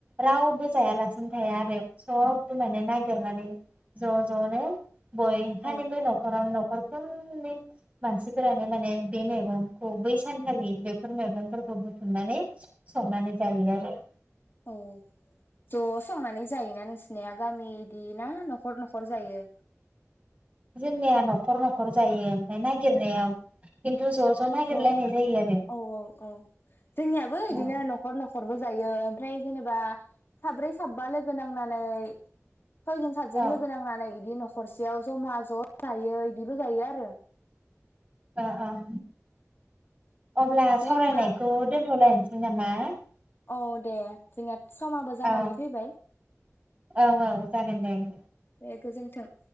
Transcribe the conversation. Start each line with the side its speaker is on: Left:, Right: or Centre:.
Right: रावबो जायालासिनो थाया आरो सबबो माने नागिरनानै ज' ज'नो बय हानिबो
Left: औ
Right: न'खरावनो अरखोमनि मानसिफोरानो माने बे मैगंखौ बै सानखालि बेफोर मैगंफोरखौ बुथुमनानै संनानै जायो आरो
Left: औ ज' संनानै जायोना नोंसिनिया गामि इदि ना न'खर न'खर जायो
Right: जोंनिया न'खर न'खर जायो ओमफाय नागिरनाया खिन्थु ज' ज' नागिरलायनाय
Left: थोर
Right: जायो आरो
Left: औ औ औ औ जोंनियाबो बिदिनो
Right: औ
Left: न'खर न'खरबो जायो‌ ओमफ्राय जेनेबा साब्रै साबा लोगो नांनानै सयजन सातजन
Right: औ
Left: लोगो नांनानै बिदि न'ख हरसेयाव ज'मा ज' जायो बिदिबो जायो आरो
Right: ओ ओं अब्ला
Left: दे
Right: सावरायनायखौ
Left: होमबा
Right: दोनथ'लायनोसै <unintelligible>
Left: औ दे थिंआ समाबो जानानै
Right: औ
Left: फैबाय
Right: औ जागोन दे
Left: दे गोजोन्थों